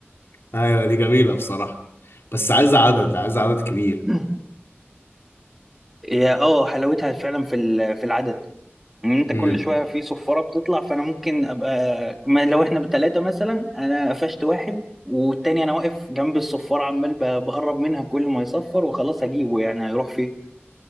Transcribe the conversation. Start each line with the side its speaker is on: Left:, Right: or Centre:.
Left: ايوه دي جميلة بصراحة بس عايزة عدد عايزة عدد كبير
Centre: <clears throat> هي اه حلاوتها فعلا في ال- في العدد ان انت
Left: امم
Centre: كل شويه في صفاره بتطلع فانا ممكن ابقى ما لو احنا بتلاتة مثلا انا قفشت واحد والتاني انا واقف جنب الصفاره عمال ب- بقرب منها كل ما يصفر وخلاص هجيبه يعني هيروح فين